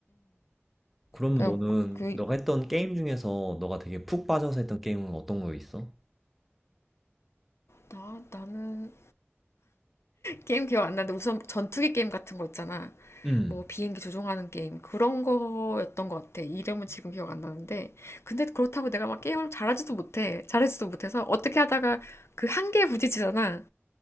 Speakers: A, in the centre; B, on the left (about 70°).
A: 그러면
B: 그러니까
A: 너는
B: 그,
A: 너가 했던 게임 중에서 너가 되게 푹 빠져서 했던 게임은 어떤 거 있어?
B: 나, 나는 게임 기억 안 나는데 우선 전투기 게임 같은 거 있잖아.
A: 음,
B: 뭐 비행기 조종하는 게임 그런 거였던 것 같아. 이름은 지금 기억 안 나는데 근데 그렇다고 내가 막 게임을 잘하지도 못해. 잘하지도 못해서 어떻게 하다가 그 한계에 부딪히잖아.